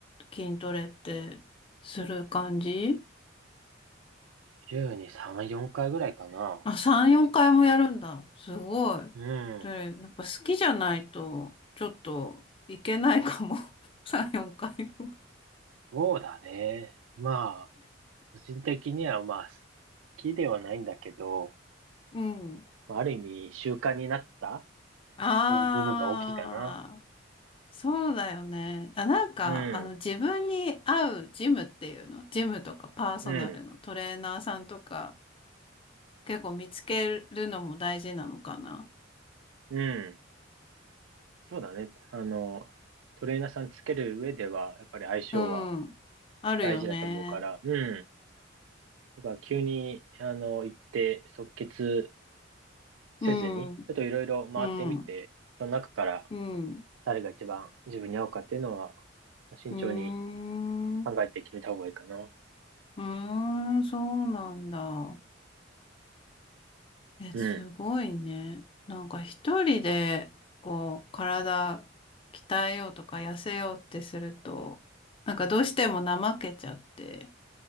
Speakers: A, on the left (about 30°); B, on the right (about 85°).
A: 筋トレってする感じ
B: 週に3、4回ぐらいかな。
A: あ、3、4回もやるんだ。すごい。
B: うん。
A: で、やっぱ好きじゃないと、ちょっといけないかも。<laughs> 3、4回も。
B: そうだね。まあ、個人的にはまあ、好きではないんだけど、
A: うん。
B: まあある意味習慣になった
A: ああ、
B: という部分が大きいかな。
A: そうだよね。あ、なんか、
B: うん、
A: あの、自分に合うジムっていうの、ジムとかパーソナルのトレーナーさんとか、
B: うん、
A: 結構見つけるのも大事なのかな。
B: うん。そうだね。あの、トレーナーさんつける上では、やっぱり相性は
A: うん。あるよね。
B: 大事だと思うから、うん。だから急に、あの、行って即決せずに、
A: うん。
B: ちょっといろいろ回ってみて、
A: うん。
B: その中から
A: うん。
B: 誰が一番自分に合うかっていうのは、慎重に
A: うーん。
B: 考えて決めた方がいいかな。
A: うーん、そうなんだ。え、
B: うん、
A: すごいね。なんか一人で、こう、体鍛えようとか痩せようってすると、なんかどうしても怠けちゃって、